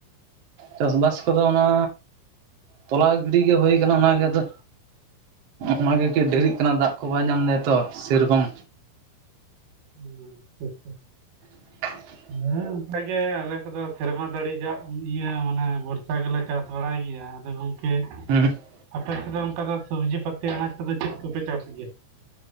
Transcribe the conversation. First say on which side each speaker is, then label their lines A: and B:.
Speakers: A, on the right; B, on the right.
A: ᱪᱟᱥᱵᱟᱥ ᱠᱚᱫᱚ ᱚᱱᱟ, ᱛᱚᱞᱟ ᱜᱤᱰᱤ ᱜᱮ ᱦᱩᱭ ᱠᱟᱱᱟ ᱚᱱᱟᱜᱮ ᱟᱫᱚ ᱚᱱᱟᱜᱤ ᱠᱮ ᱰᱤᱨᱤᱜ ᱠᱟᱱᱟ ᱫᱟᱜ ᱠᱚ ᱵᱟᱭ ᱧᱟᱢ ᱫᱟᱭ ᱛᱚ ᱥᱮᱨᱚᱠᱚᱢ᱾
B: ᱦᱩᱸ, ᱟᱪᱪᱷᱟ ᱟᱪᱪᱷᱟ᱾
A: <inaudible>
B: ᱦᱮᱸ ᱚᱱᱠᱟ ᱜᱮ ᱟᱞᱮ ᱠᱚ ᱫᱚ ᱥᱮᱨᱢᱟ ᱫᱟᱹᱲᱤ ᱡᱟᱜ ᱤᱭᱟᱹ ᱢᱟᱱᱮ ᱵᱚᱨᱥᱟ ᱜᱮᱞᱮ ᱪᱟᱥ ᱵᱟᱲᱟᱭ ᱜᱮᱭᱟ ᱟᱫᱚ ᱜᱚᱝᱠᱮ
A: <unintelligible>
B: ᱟᱯᱮ ᱥᱮᱫ ᱚᱱᱠᱟ ᱫᱚ ᱥᱚᱵᱽᱡᱤ ᱯᱟᱹᱛᱤ ᱟᱱᱟᱡ ᱠᱚᱫᱚ ᱪᱮᱫ ᱠᱚᱯᱮ ᱪᱟᱥ ᱜᱮᱭᱟ?